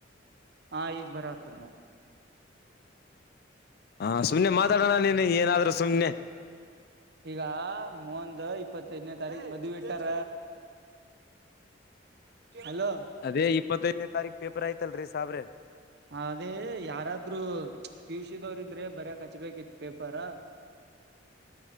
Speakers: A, on the right; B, on the left.
A: ಹಾ ಈಗ್ ಬರಾತದ ನೋಡ್.
B: ಹಾ ಸುಮ್ಮನೆ ಮಾತಾಡಣ ನೀ ನೀನ್ ಏನಾದರೂ ಸುಮ್ನೆ.
A: ಈಗ ಮುಂದ ಇಪ್ಪತ್ತೈದನೇ ತಾರೀಕ್ ಮದ್ವಿ ಇಟ್ಟಾರ. ಹಲೋ
B: ಅದೇ ಎಪ್ಪತ್ನೈದ್ನೆ ತಾರೀಕ ಪೇಪರ್ ಆಯತಲ್ರಿ. ಸಾಬರೆ.
A: ಅದೇ ಯಾರಾದ್ರು ಪಿಯುಸಿದವ್ರ ಇದ್ರೆ ಬರೆಕಾ ಕಚ್ಬೇಕಿತ್ತ ಪೇಪರ.